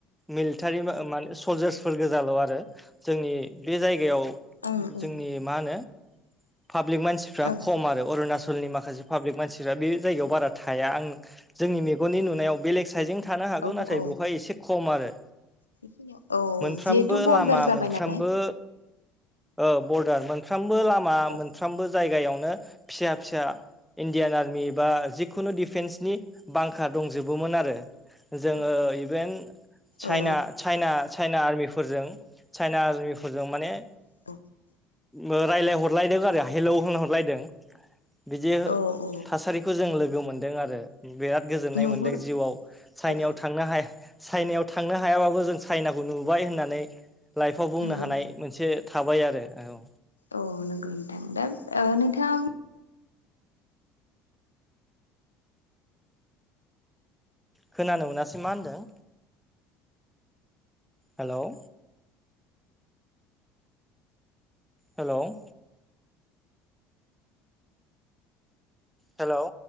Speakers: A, in the centre; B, on the left (about 80°).
A: मिलिटारि माने सलजार्सफोर गोजाल' आरो जोंनि बे जायगायाव
B: ओं
A: जोंनि
B: ओं
A: मा होनो पाब्लिक मानसिफ्रा
B: औ
A: खम आरो आरो अरुणाचलनि माखासे पाब्लिक मानसिफ्रा बे जायगायाव बारा थाया आं जोंनि मेगननि नुनायाव बेलेग साइजजों थानो हागौ
B: औ
A: नाथाय
B: औ
A: बेवहाय एसे खम आरो
B: बेखिनियाव औ
A: मोनफ्रोमबो
B: जिहेथु बरदार
A: लामा
B: जाबाय
A: मोनफ्रामबो
B: नालाय
A: औ बरडार मोनफ्रामबो लामा
B: औ
A: मोनफ्रामबो जायगायावनो फिसा फिसा इण्डियान आर्मि बा खुनु दिडिफेन्सनि बांखा दंजोबोमोन आरो जोङो
B: औ
A: इभेन चाइना
B: औ
A: चाइना चाइना आर्मिफोरजों चाइना आर्मिफोरजों माने
B: <unintelligible>
A: ओ रायलायहरलायदों आरो हेलोव होनहरलायदों बिदि
B: औ औ
A: थासारिखौ जों लोगो मोनदों आरो बिराद गोजोननाय
B: नुहुर
A: मोनदों जिउआव चाइनायाव
B: औ
A: थांनो हाया। चाइनायाव थांनो हायाबाबो जों चाइनाखौ नुबाय होननानै लाइफआव बुंनो
B: नंगौ
A: हानाय मोनसे थाबाय आरो औ।
B: औ नोंगौ नोंथां दा ओ नोंथाङा।
A: खोनानो मोनासै मा होनदों हेलोव हेलोव हेलोव